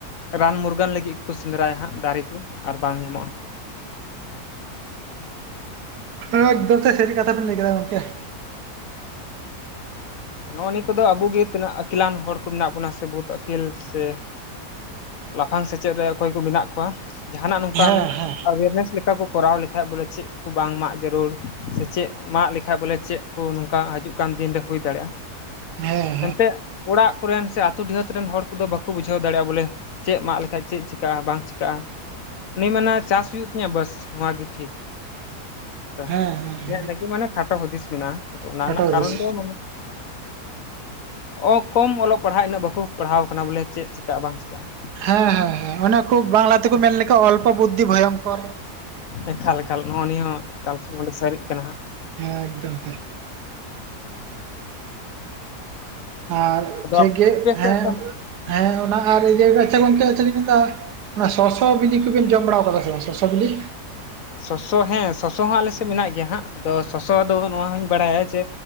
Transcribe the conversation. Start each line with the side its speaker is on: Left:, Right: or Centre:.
Left: ᱨᱟᱱ ᱢᱩᱨᱜᱟᱹᱱ ᱞᱟᱹᱜᱤᱫ ᱠᱚ ᱥᱮᱸᱫᱽᱨᱟᱭᱟ ᱦᱟᱸᱜ ᱫᱟᱨᱮ ᱠᱚ ᱟᱨ ᱵᱟᱝ ᱧᱟᱢᱚᱜᱼᱟ
Right: ᱦᱟᱸ ᱮᱠᱫᱚᱢ ᱛᱮ ᱥᱟᱹᱨᱤ ᱠᱟᱷᱟ ᱵᱮᱱ ᱞᱟᱹᱭ ᱠᱮᱫᱟ ᱜᱚᱝᱠᱮ
Left: ᱱᱚᱜᱼᱱᱤᱭᱟᱹ ᱠᱚᱫᱚ ᱟᱵᱩᱜ ᱜᱮ ᱛᱤᱱᱟᱹᱜ ᱟᱹᱠᱤᱞᱟᱱ ᱦᱚᱲ ᱠᱚ ᱢᱮᱱᱟᱜ ᱵᱚᱱᱟ ᱥᱮ ᱵᱩᱫ ᱟᱹᱠᱤᱞ ᱥᱮ ᱞᱟᱯᱷᱟᱝ ᱥᱮᱪᱮᱫ ᱨᱮ ᱚᱠᱚᱭ ᱠᱚ ᱢᱮᱱᱟᱜ ᱠᱚᱣᱟ ᱡᱟᱦᱟᱱᱟᱜ ᱱᱚᱝᱠᱟᱱ
Right: ᱦᱮᱸ ᱦᱮᱸ
Left: ᱮᱣᱮᱨᱱᱮᱥ ᱞᱮᱠᱟ ᱪᱮᱠᱟ ᱠᱚ ᱠᱚᱨᱟᱣ ᱞᱮᱠᱷᱟᱡ ᱵᱚᱞᱮ ᱪᱮᱫ ᱠᱚ ᱵᱟᱝ ᱢᱟᱜ ᱡᱟᱹᱨᱩᱲ ᱥᱮ ᱪᱮᱫ ᱢᱟᱜ ᱞᱮᱠᱷᱟᱡ ᱵᱚᱞᱮ ᱪᱮᱫ ᱠᱚ ᱱᱚᱝᱠᱟ ᱦᱤᱡᱩᱜ ᱠᱟᱱ ᱫᱤᱱ ᱨᱮ ᱦᱩᱭ ᱫᱟᱲᱮᱭᱟᱜᱼᱟ
Right: ᱦᱮᱸ
Left: ᱮᱱᱛᱮᱫ ᱚᱲᱟᱜ ᱠᱚᱨᱮᱱ ᱥᱮ ᱟᱹᱛᱩ ᱰᱤᱦᱟᱹᱛ ᱨᱮᱱ ᱦᱚᱲ ᱠᱚᱫᱚ ᱵᱟᱠᱚ ᱵᱩᱡᱷᱟᱹᱣ ᱫᱟᱲᱮᱭᱟᱜᱼᱟ ᱵᱚᱞᱮ ᱪᱮᱫ ᱢᱟᱜ ᱞᱮᱠᱷᱟᱡ ᱪᱮᱫ ᱪᱤᱠᱟᱹᱜᱼᱟ ᱵᱟᱝ ᱪᱤᱠᱟᱹᱜᱼᱟ ᱩᱱᱤᱭ ᱢᱮᱱᱟ ᱪᱟᱥ ᱦᱩᱭᱩᱜ ᱛᱤᱧᱟᱹ ᱵᱟᱥ ᱱᱚᱣᱟ ᱜᱮ ᱴᱷᱤᱠ ᱟᱫᱚ
Right: ᱦᱮᱸ ᱦᱮᱸ
Left: ᱤᱧᱟᱹᱜ ᱞᱟᱹᱜᱤᱫ ᱢᱟᱱᱮ ᱠᱷᱟᱴᱚ ᱦᱩᱫᱤᱥ ᱢᱮᱱᱟᱜᱼᱟ ᱚᱱᱟ
Right: ᱠᱷᱟᱴᱚ
Left: ᱨᱮᱱᱟᱜ
Right: ᱦᱩᱫᱤᱥ
Left: ᱠᱟᱨᱚᱱ ᱫᱚ ᱢᱟᱱᱮ ᱚ ᱠᱚᱢ ᱚᱞᱚᱜ ᱯᱟᱲᱦᱟᱜ ᱤᱱᱟᱹᱜ ᱵᱟᱠᱚ ᱯᱟᱲᱦᱟᱣ ᱠᱟᱱᱟ ᱵᱚᱞᱮ ᱪᱮᱫ ᱪᱤᱠᱟᱹᱜᱼᱟ ᱵᱟᱝ ᱪᱤᱠᱟᱹᱜᱼᱟ
Right: ᱦᱮᱸ ᱦᱮᱸ ᱦᱮᱸ ᱚᱱᱮ ᱠᱩ ᱵᱟᱝᱞᱟ ᱛᱮᱠᱚ ᱢᱮᱱ ᱞᱮᱠᱷᱟ ᱚᱞᱯᱚ ᱵᱩᱫᱽᱫᱷᱤ ᱵᱷᱚᱭᱚᱝᱠᱚᱨ
Left: ᱮᱠᱟᱞ ᱮᱠᱟᱞ ᱱᱚᱜᱼᱱᱤᱭᱟᱹ ᱦᱚᱸ ᱮᱠᱟᱞ ᱥᱚᱢᱚ ᱫᱚ ᱥᱟᱹᱨᱤᱜ ᱠᱟᱱᱟ ᱦᱟᱸᱜ
Right: ᱦᱮᱸ ᱮᱠᱫᱚᱢ ᱛᱮ ᱟᱨ
Left: ᱟᱫᱚ
Right: ᱴᱷᱤᱠ
Left: ᱟᱯᱮ
Right: ᱜᱮ
Left: ᱥᱮᱫ
Right: ᱦᱮᱸ
Left: ᱫᱚ
Right: ᱦᱮᱸ ᱚᱱᱟ ᱟᱨ ᱤᱭᱟᱹ ᱟᱪᱪᱷᱟ ᱜᱚᱢᱠᱮ ᱟᱴᱪᱮᱫ ᱞᱤᱧ ᱢᱮᱱᱫᱟ ᱚᱱᱟ ᱥᱚᱥᱚ ᱵᱤᱞᱤ ᱠᱚᱵᱮᱱ ᱡᱚᱢ ᱵᱟᱲᱟ ᱟᱠᱟᱫᱟ ᱥᱮ ᱵᱟᱝ ᱥᱚᱥᱚ ᱵᱤᱞᱤ
Left: ᱥᱚᱥᱚ ᱦᱮᱸ ᱥᱚᱥᱚ ᱦᱚᱸ ᱟᱞᱮ ᱥᱮᱫ ᱢᱮᱱᱟᱜ ᱜᱮᱭᱟ ᱦᱟᱸᱜ ᱟᱫᱚ ᱥᱚᱥᱚ ᱫᱚ ᱱᱚᱣᱟ ᱦᱚᱧ ᱵᱟᱲᱟᱭᱟ ᱡᱮ